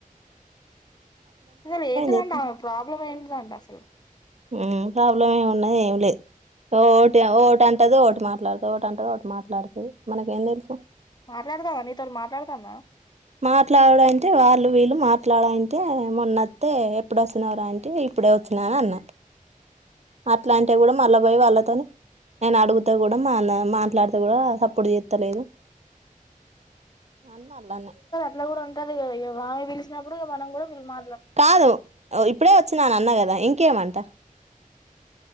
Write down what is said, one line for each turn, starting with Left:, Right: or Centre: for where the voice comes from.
Left: ఉక్ అసలు ఏంటి
Right: చేత్తం
Left: తంటా ప్రాబ్లం ఏయింటి తంట అసలు
Right: ఉమ్ ప్రాబ్లం ఏమి ఉన్నది ఏమి లేదు. ఒటి అంటది ఒటి మాట్లాడుతంది. ఒటి అంటది ఒటి మాట్లాడుతంది. మనకు ఏం తెలుసుఏ
Left: మాట్లాడతావా, నీతో మాట్లాడుతాందా.
Right: మాట్లాడడం అంటే వాళ్ళు వీళ్ళు మాట్ మాట్లాడటే మొన్నత్తే ఎప్పుడు వచ్చినావ్ రా అంటే ఇప్పుడే వచ్చినా అన్న. అట్లాంటే కూడా మళ్ల పోయి వాళ్ళతోని నేను అడుగుతే కూడా మా అన్నయ్య మాట్లాడితే కూడా సప్పుడు జేత్తలేదు. అన్ని అల్లనే
Left: ఇట్ల కూడుంటదు కదా ఎ వాళ్లు పలిసినప్పుడు ఇక మనం కూడా పిల్మా
Right: కాదు ఓయ్ ఇప్పుడే వచ్చినాన్నగదా ఇంకేమంట